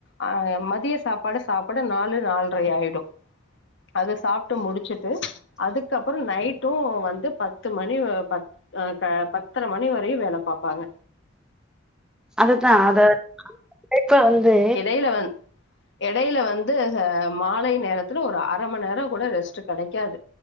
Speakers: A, on the left (about 60°); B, in the centre.
A: ஆ மதிய சாப்பாடு சாப்பட நாலு நால்ரை ஆயிடு அது சாப்டு முடிச்சுட் ட்டு அதுக்கப்பறோ நைட்டு வந்து பத்து மணி வ பத் அ க பத்தரை மணி வரையு வேல பாப்பாங்க
B: அததா அத ஆ இப்ப வந்து
A: இலவன் எடையில வந்து மாலை நேரத்துல ஒரு அர மணி நேரோ கூட ரெஸ்ட் கெடைக்காது